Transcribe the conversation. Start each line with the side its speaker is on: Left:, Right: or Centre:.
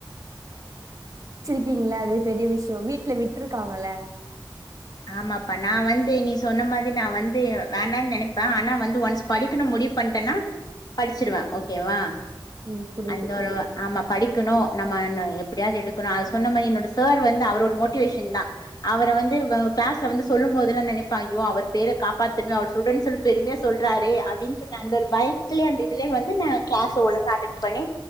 Right: இருக்கீங்களே அதுவே பெரிய விஷ்யோ வீட்ல விட்ருக்காங்களே
Left: ஆமாப்பா நா வந்து நீ சொன்ன மாரி நா வந்து வேணானு நெனப்பே ஆனா வந்து ஒன்ஸ் படிக்கணு முடிவு பண்ட்டேன்னா படிச்சுருவே ஓகேவா
Right: ம் புரியுது
Left: அந்த ஒரு ஆமா படிக்கணு நம்ம னு எப்டியாது எடுக்கணு அது சொன்ன மாரி என்னோட சார் வந்து அவரோட மோட்டிவேஷன் தா அவர வந்து வ கிளாஸ்ல வந்து சொல்லும் போதெல்லா நெனப்ப ஐயோ அவர் பேர காப்பாத்தனு அவர் ஸ்டூடென்ட் சொல்லி பெருமையா சொல்றாரே அப்டின்னு சொன்ன அந்த ஒரு பயத்துலயே அந்த இதுலயே வந்து நா கிளாஸ் ஒழுங்கா அட்டென் பண்ணி